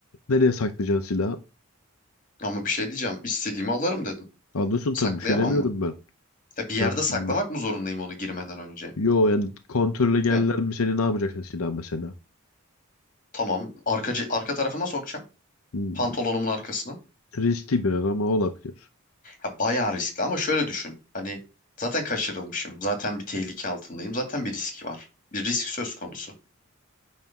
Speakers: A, on the left (about 80°); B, on the left (about 40°).
A: Nereye saklayacaksın silahı?
B: Ama bir şey diyeceğim, istediğimi alırım dedim.
A: Anlıyorsun
B: Saklayamam
A: tabii bir şey demiyorum
B: mı?
A: ben.
B: Ya bir yerde
A: Ben
B: saklamak
A: bilmiyorum.
B: mı zorundayım onu girmeden önce?
A: Yo yani kontrole geldiler
B: He,
A: mi seni ne yapacaksın silah mesela?
B: tamam, arka, ce- arka tarafıma sokacağım.
A: Hmm.
B: Pantolonumun arkasına.
A: Riskli biraz ama olabilir.
B: Ya bayağı riskli ama şöyle düşün. Hani zaten kaçırılmışım, zaten bir tehlike altındayım, zaten bir risk var. Bir risk söz konusu.